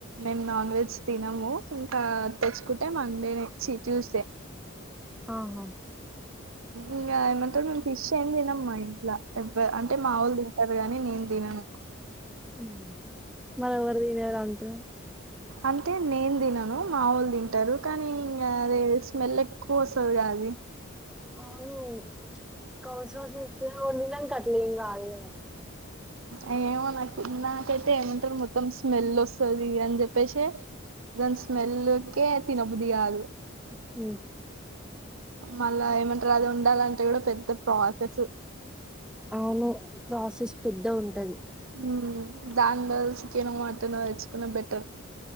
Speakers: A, on the right; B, in the centre.
A: మేము నాన్ వెజ్ తినము ఇంకా తెచ్చుకుంటే మాేచ్చి చూసే
B: ఆహా
A: ఇం ఏమంట న ఫిష్ అయింది తినమ్మా ఇంట్లా ఎ అంటే మావోలు తింటారు కానీ నేను దినను
B: ఉమ్ మన ఎవరిదివేలా ఉంటా
A: అంటే నేను తినను మావోలు తింటారు కానీ ఇంగ అదే స్మెల్ ఎక్కువ వస్తదిగా అది
B: అవును కౌస్ వాస్ ఉమ్ వంటినంక అట్లేమీ కాదు గద
A: అ ఏమో నాకు నాకైతే ఏమంటారు మొత్తం స్మెల్ వస్తది అని చెప్పేసి దాని స్మెల్కే తిన బుద్ధి కాదు
B: ఉమ్ హు
A: మళ్ళా ఏమంటారు అది వండాలంటే కూడా పెద్ద ప్రాసెస్
B: అవును ప్రాసెస్ పెద్ద ఉంటది
A: ఉమ్ దానిలో చికెన్ మటన్ తెచ్చుకునేది బెటర్